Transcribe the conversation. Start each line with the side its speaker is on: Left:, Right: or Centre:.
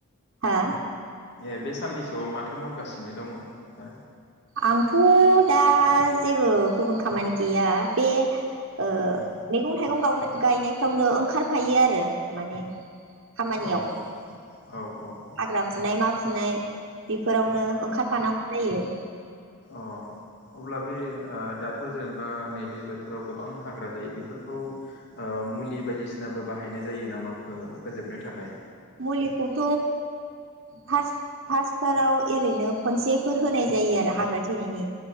Right: हा
Left: ए बे साननैसोआव माथो मावगासिनो दङ दा?
Right: आंथ' दा जेबो गुबुन खामानि गैया बे ओ
Left: उम
Right: मैगं थाइगं गावनाय गायनायफ्रावनो ओंखारफायो आरो माने। खामानियाव
Left: अ औ औ औ
Right: हाग्रा फुनाय मा फु नाय बेफोरावनो ओंखारफानांगौ जायो।
Left: औ अब्ला बे ओ दाथ जेनेबा नैबे बोथोराव गोबां हाग्रा जायो बेफोरखौ ओ मुलि बायदिसिनाबो बाहायनाय जायो नामाखौ फोजोबनो थाखाय?
Right: मुलिखौथ फास फार्स्टफोराव ओरैनो खनसेफोर होनाय जायो आरो हाग्रा थैनायनि